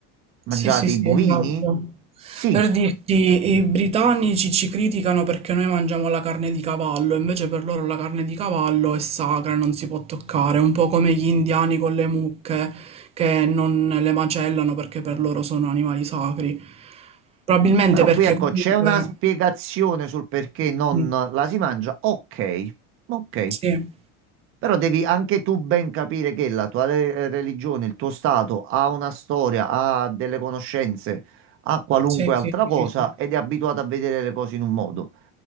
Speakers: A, on the right (about 40°); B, on the right (about 20°).
A: Mangiate
B: Sì, sì, sì,
A: i bovini?
B: esatto.
A: Sì.
B: Per dirti, i britannici ci criticano perché noi mangiamo la carne di cavallo, invece per loro la carne di cavallo è sacra, e non si può toccare, un po' come gli indiani con le mucche che non le macellano perché per loro sono animali sacri. Probabilmente
A: Però
B: perché
A: qui ecco,
B: comunque...
A: c'è una spiegazione sul perché non
B: Mm,
A: la si mangia. Ok, ok.
B: Sì,
A: Però devi anche tu ben capire che la tua re- eh, religione, il tuo stato ha una storia, ha delle conoscenze, ha qualunque
B: sì,
A: altra
B: sì,
A: cosa
B: sì, sì.
A: ed è abituato a vedere le cose in un modo.